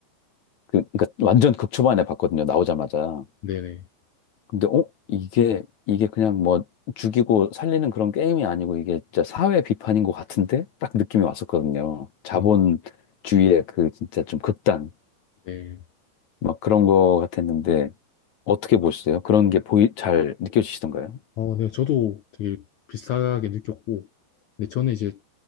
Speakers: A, on the left; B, on the left.
A: 그, 그러니까 완전 극초반에 봤거든요. 나오자마자.
B: 네네
A: 근데 어 이게 이게 그냥 뭐 죽이고 살리는 그런 게임이 아니고 이게 진짜 사회 비판인 것 같은데 딱 느낌이 왔었거든요. 자본주의의
B: 음,
A: 그 진짜 좀 극단
B: 네
A: 막 그런 거 같았는데 어떻게 보셨어요? 그런 게 보이 잘 느껴지시던가요?
B: 어, 네, 저도 되게 비슷하게 느꼈고, 근데 저는 이제